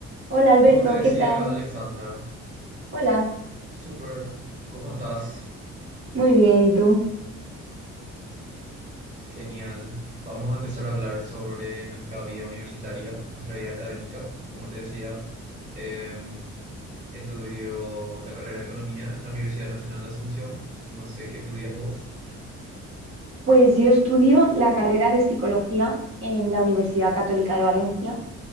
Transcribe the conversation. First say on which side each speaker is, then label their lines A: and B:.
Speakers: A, on the right; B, on the right.
A: Hola Alberto,
B: Como te decía
A: ¿qué tal?
B: Alexandra,
A: Hola,
B: súper, ¿cómo estás?
A: muy bien, ¿y tú?
B: Genial. Vamos a empezar a hablar sobre nuestra vida universitaria, nuestra vida académica. Como te decía, em, estudio la carrera de Economía en la Universidad Nacional de Asunción. No sé qué estudias vos.
A: Pues yo estudio la carrera de psicología en la Universidad Católica de Valencia